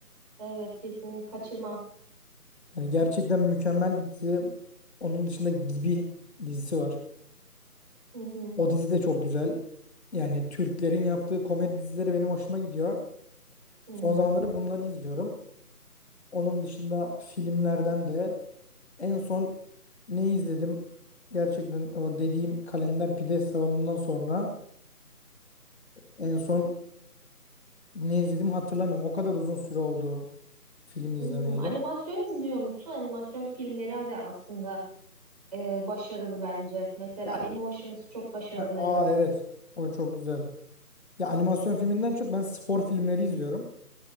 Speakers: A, on the right (about 25°); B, on the left (about 45°).
A: Evet kesin kaçırmam.
B: Yani gerçekten mükemmel bir dizi. Onun dışında Gibi dizisi var.
A: Hı hı,
B: O dizi de çok güzel. Yani Türklerin yaptığı komedi dizileri benim hoşuma gidiyor.
A: hı hı.
B: Son zamanlarda bunları izliyorum. Onun dışında filmlerden de en son ne izledim? Gerçekten o dediğim Kalender Pide Salonu'ndan sonra en son ne izlediğimi hatırlamıyorum. O kadar uzun süre oldu film izlemeyeli.
A: Hmm, animasyon izliyor musun? Animasyon filmleri de aslında e, başarılı bence. Mesela
B: Ya,
A: Emotions çok başarılıydı.
B: ha, aa evet o çok güzel. Ya animasyon filminden çok ben spor filmleri izliyorum.